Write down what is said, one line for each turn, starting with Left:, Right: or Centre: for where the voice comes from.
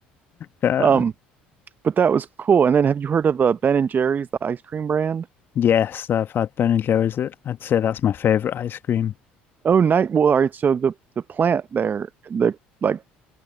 Left: Uh,
Right: Um, But that was cool. And then have you heard of uh, Ben and Jerry's, the ice cream brand?
Left: yes, I've had Ben& and Jerry's. I'd say that's my favorite ice cream.
Right: Oh, night. Well, all right. So the the plant there, the like